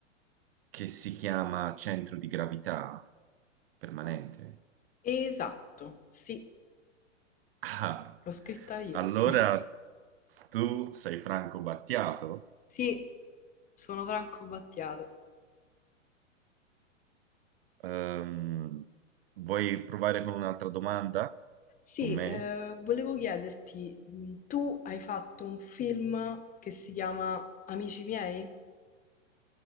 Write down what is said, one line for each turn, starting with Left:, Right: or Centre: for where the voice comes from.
Right: che si chiama Centro di gravità permanente?
Left: Esatto, sì,
Right: <laughs> Ah,
Left: l'ho scritta io.
Right: allora
Left: <laughs>
Right: tu sei Franco Battiato?
Left: Sì, sono Franco Battiato.
Right: Ehm, vuoi provare con un'altra domanda?
Left: Sì,
Right: Con me?
Left: eh, volevo chiederti, mh, tu hai fatto un film che si chiama Amici miei?